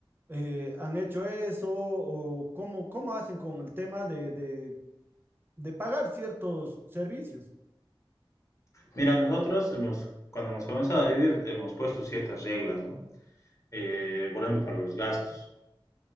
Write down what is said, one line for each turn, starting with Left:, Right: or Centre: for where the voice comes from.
Right: eh, han hecho eso o cómo, cómo hacen con el tema de, de de pagar ciertos servicios.
Left: Mira, nosotros hemos, cuando hemos comenzado a vivir, hemos puesto ciertas reglas, ¿no? Eh, por ejemplo, para los gastos.